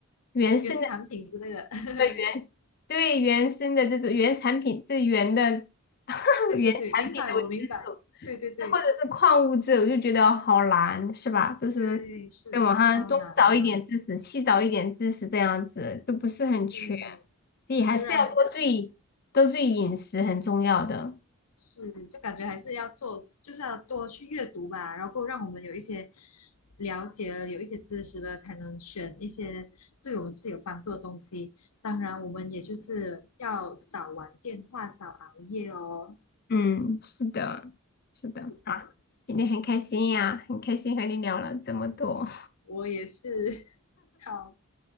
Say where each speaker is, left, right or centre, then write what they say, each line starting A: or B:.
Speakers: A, on the left; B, on the left.
A: 原生的，
B: 原产品之类的。<laughs>
A: 呃原，对原生的这种原产品，这原的 <laughs>
B: 对对对，
A: 原产品的维生素，
B: 明白，我明白。对对对
A: 或者是矿物质，我就觉得好难，是吧？都是在网上东找一点知识，
B: 对，是超难的。
A: 西找一点知识，这样子都不是很全，
B: 对，
A: 所以还是要多注意多注意饮食，
B: 就让
A: 很重要的。
B: 是，就感觉还是要做，就是要多去阅读吧，然后让我们有一些了解了，有一些知识了，才能选一些对我们自己有帮助的东西。当然，我们也就是要少玩电话，少熬夜哦。
A: 嗯，是的，是的，
B: 是的，
A: 啊，今天很开心呀，很开心和你聊了这么多，
B: 我也是。<laughs> 好，